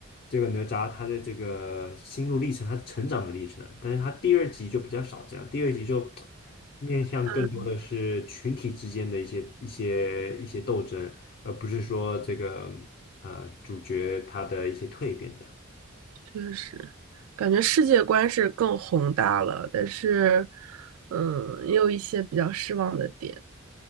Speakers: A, on the left; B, on the right.
A: 这个哪吒他的这个心路历程，他成长的历程。但是他第二集就比较少这样，第二集就面向更多的是群体之间的一些一些一些斗争。
B: 嗯，
A: 而不是说这个呃主角他的一些蜕变这样。
B: 确实，感觉世界观是更宏大了，但是，嗯，也有一些比较失望的点，